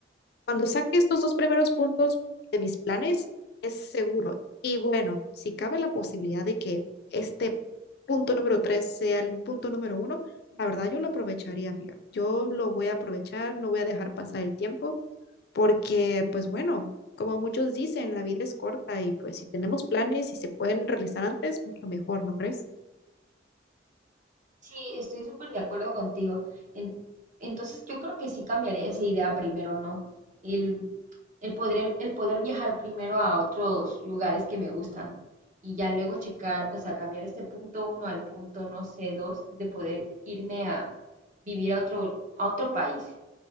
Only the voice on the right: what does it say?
Sí, estoy súper de acuerdo contigo. En- entonces yo creo que sí cambiaría esa idea primero, ¿no? El, el poder, el poder viajar primero a otros lugares que me gustan y ya luego checar, o sea, cambiar este punto uno al punto, no sé, dos, de poder irme a vivir a otro, a otro país.